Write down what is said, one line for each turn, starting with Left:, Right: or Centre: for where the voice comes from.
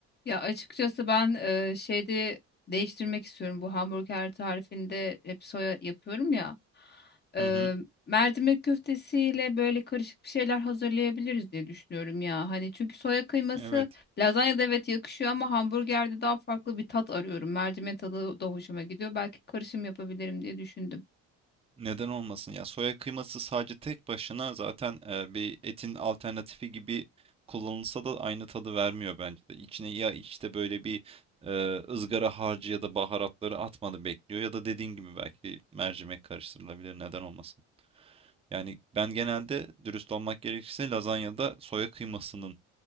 Left: Ya açıkçası ben e, şeyde değiştirmek istiyorum. Bu hamburger tarifinde hep soya yapıyorum ya. E,
Right: Hı hı,
Left: mercimek köftesiyle böyle karışık bir şeyler hazırlayabiliriz diye düşünüyorum ya. Hani çünkü soya kıyması
Right: evet.
Left: lazanyada evet yakışıyor ama hamburgerde daha farklı bir tat arıyorum. Mercimek tadı da hoşuma gidiyor. Belki karışım yapabilirim diye düşündüm.
Right: Neden olmasın? Ya soya kıyması sadece tek başına zaten e, bir etin alternatifi gibi kullanılsa da aynı tadı vermiyor bence de. İçine ya işte böyle bir e, ızgara harcı ya da baharatları atmanı bekliyor ya da dediğin gibi belki mercimek karıştırılabilir. Neden olmasın? Yani ben genelde dürüst olmak gerekirse lazanyada soya kıymasının